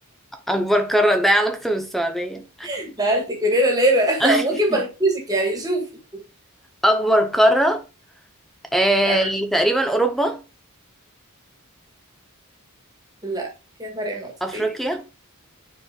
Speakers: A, in the centre; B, on the right.
A: أكبر قارة ده إيه علاقته بالسعودية
B: <laughs> نقلتك من هنا لهنا
A: <laughs>
B: <laughs> ممكن ما أغششك يعني شوفي
A: أكبر قارة آه
B: آه،
A: تقريبا أوروبا
B: لا كده فرق نقطتين
A: أفريقيا